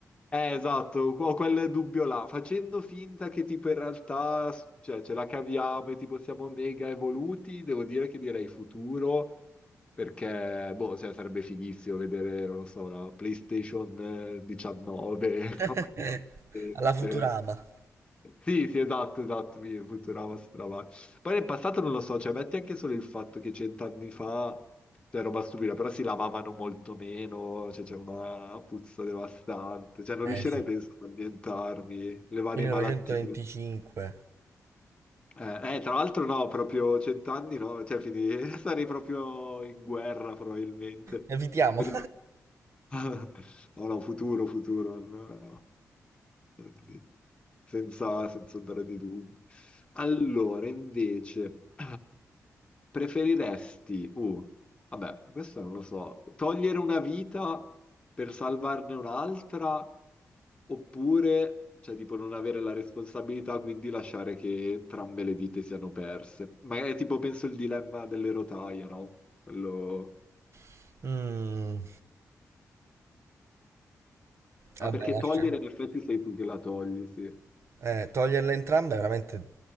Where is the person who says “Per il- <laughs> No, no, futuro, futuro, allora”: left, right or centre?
Left